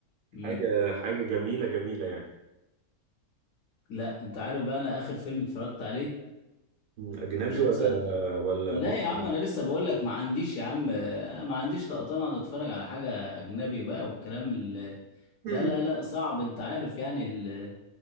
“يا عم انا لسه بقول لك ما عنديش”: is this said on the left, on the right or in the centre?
Left